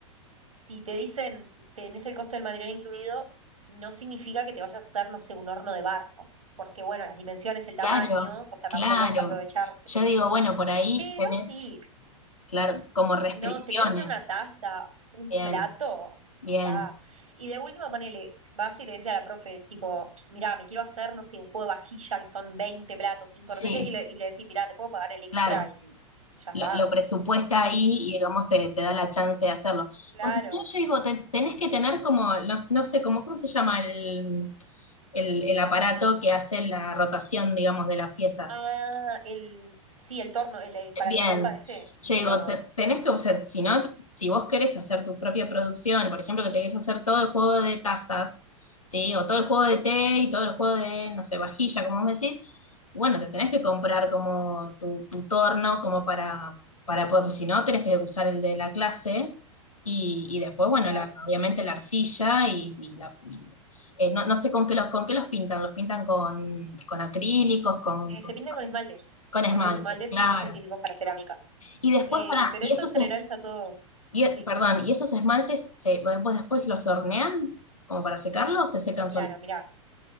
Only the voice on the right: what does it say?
si te dicen tenés el costo del material incluido, no significa que te vayas a hacer, no sé, un horno de barro, porque bueno, las dimensiones, el tamaño,
o sea,
tampoco es aprovecharse.
Pero
sí,
no, si te querés hacer una taza, un
plato,
está. Y de última, ponele, vas y le decís a la profe, tipo, mirá, me quiero hacer, no sé, un juego de vajilla que son 20 platos, cinco
no sé qué, y le, y le decís, mirá, te puedo pagar el extra
y ya está.
Y
claro.
Ah, el, sí, el torno, el, el paracarrota
ese,
que
lo...
Ujú,
claro.
Eh,
se pintan con esmaltes,
con unos esmaltes
que son específicos para cerámica.
Eh,
pero
eso
en general
está todo...
Sí,
claro,
mirá.